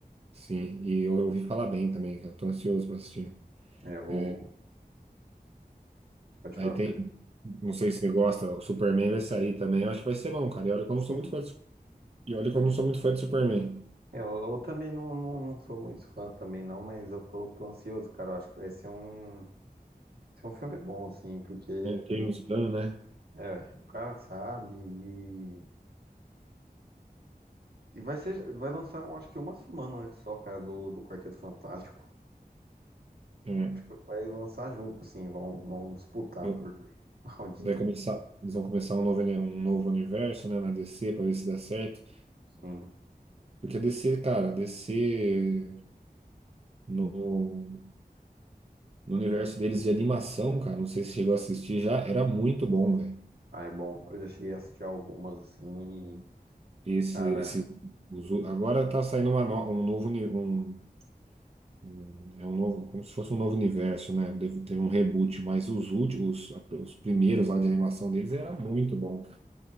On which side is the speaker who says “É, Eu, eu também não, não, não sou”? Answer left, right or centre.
Right